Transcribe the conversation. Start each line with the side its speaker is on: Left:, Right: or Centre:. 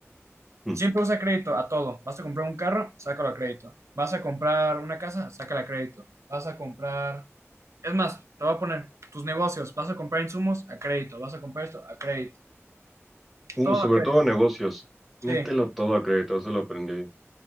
Centre: mm.
Right: siempre usa crédito a todo. Vas a comprar un carro, sácalo a crédito. Vas a comprar una casa, sácala a crédito. Vas a comprar, es más, te voy a poner tus negocios. Vas a comprar insumos a crédito. Vas a comprar esto a crédito.
Centre: Uh,
Right: Todo
Centre: sobre
Right: a crédito.
Centre: todo negocios,
Right: Sí.
Centre: mételo todo a crédito, eso lo aprendí.